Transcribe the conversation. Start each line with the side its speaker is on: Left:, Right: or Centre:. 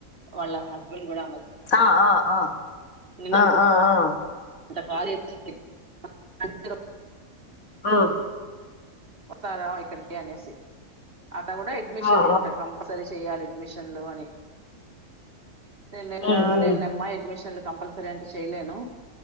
Right: వాళ్ళ హస్బెండ్ కూడ
Left: ఆ ఆ హా
Right: నిన్న అనుకుంట
Left: ఆ ఆ ఆ
Right: <unintelligible>
Left: ఆహ్
Right: వస్తారా ఇక్కడికి అనేసి అట్ట కూడ ఎడ్మిషన్లు
Left: ఆ
Right: ఉంటయి కంపల్సరీ చెయాలి ఎడ్మిషన్లు అని నేను
Left: ఆ
Right: లేల లేనమ్మా
Left: ఆ
Right: ఎడ్మిషన్లు కంపల్స సరేంటే చెయ్యలేను